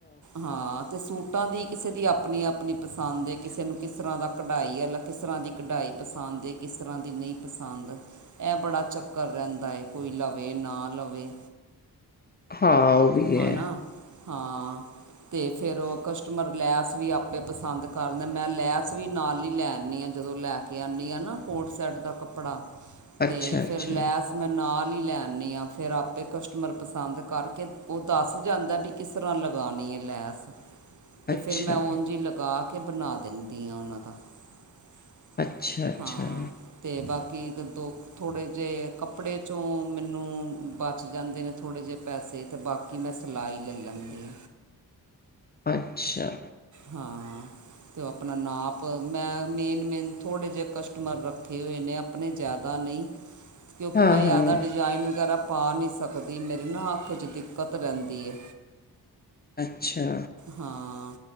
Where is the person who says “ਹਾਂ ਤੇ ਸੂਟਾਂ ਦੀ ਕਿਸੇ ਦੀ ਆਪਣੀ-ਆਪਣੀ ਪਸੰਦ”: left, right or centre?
Right